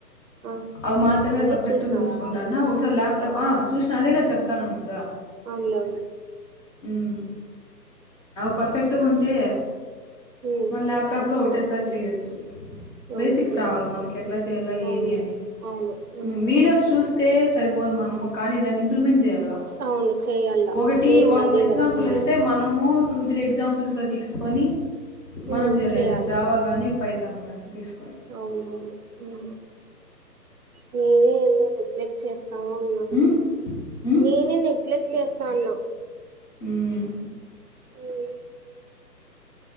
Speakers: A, on the right; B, on the left.
A: ఆ
B: అవి మాత్రమే
A: అనేది
B: పర్ఫెక్ట్
A: చూసినావా
B: గా చూసుకుంటాన్న ఒకసారి ల్యాప్టాప్ ఆ చూసిన అదే కద చెప్తానను ఇప్పుడు
A: అమ్లి యెవలు
B: ఉమ్ అవి పర్ఫెక్ట్గా ఉంటే
A: ఉమ్ ఉమ్
B: మళ ల్యాప్టాప్ లో ఒకటేసారి చేయొచ్చు
A: అవును
B: బేసిక్స్
A: చేయొచ్చు
B: రావాల మనకి ఎట్లా చేయాల
A: అవునులే
B: ఏమి అనేసి
A: అవును ఉమ్
B: వీడియోస్ చూస్త తే సరిపోదు మనము కానీ దాన్ని ఇంప్లిమెంట్ చేయాల
A: అవును చెయ్యాల
B: ఒకటి
A: మెయిన్
B: వాల్
A: అదే
B: ఒక ఎగ్జాంపుల్
A: కదా ఉండేది
B: వస్తే మనము టూ త్రీ ఎగ్జాంపుల్స్ గా తీసుకొని మనం
A: ఉమ్
B: చేయలేదు
A: చేయాలి
B: జావా గాని పైతన్ గానీ తీసు
A: అవునవును వేరే ఏన్నో నెగ్లెక్ట్ చేస్ అవునవును
B: మ్మ్ మ్మ్
A: నేనే నెగ్లెక్ట్ చేస్తాన్నా
B: ఉమ్
A: ఎ యి